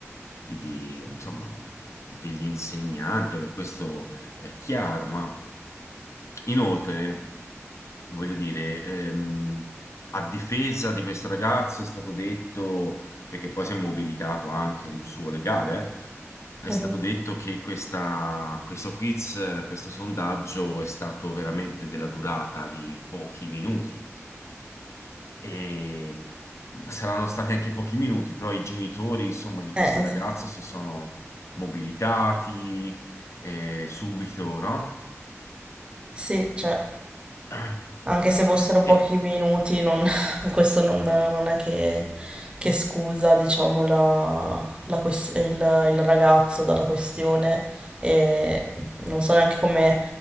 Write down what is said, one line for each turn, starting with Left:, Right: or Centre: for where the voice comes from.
Left: di- di, insomma, degli insegnanti, vabbè, questo è chiaro, ma inoltre voglio dire, ehm, a difesa di questo ragazzo è stato detto, perché poi si è mobilitato anche un suo legale, eh,
Right: Mhm.
Left: è stato detto che questa- questo quiz, eh, questo sondaggio è stato veramente della durata di pochi minuti e saranno stati anche pochi minuti, però i genitori, insomma, di questo
Right: Eh, es-
Left: ragazzo si sono mobilitati eh, subito, no?
Right: sì, cioè,
Left: <clears throat>
Right: Anche se fossero pochi
Left: E
Right: minuti, non- <laughs> questo non, non è che, che scusa, diciamo, la- la ques- il, il ragazzo dalla questione e non so neanche come